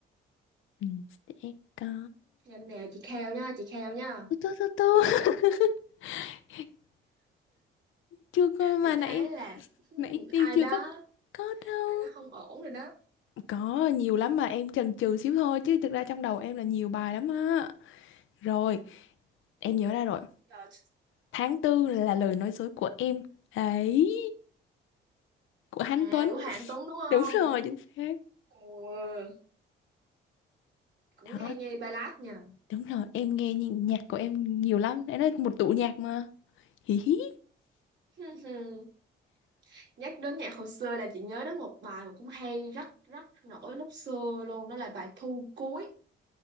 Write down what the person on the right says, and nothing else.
Nhanh nè chị kheo nha, chị kheo nha.
Chị
thấy là hmm,
ai
đó,
ai đó không ổn rồi đó.
Trời,
à
của Hà Anh Tuấn đúng không?
Ừ, cũng
hay nghe ballad nha.
<laughs> nhắc đến nhạc hồi xưa là chị nhớ đến một bài mà cũng hay rất rất nổi lúc xưa luôn đó là bài Thu Cuối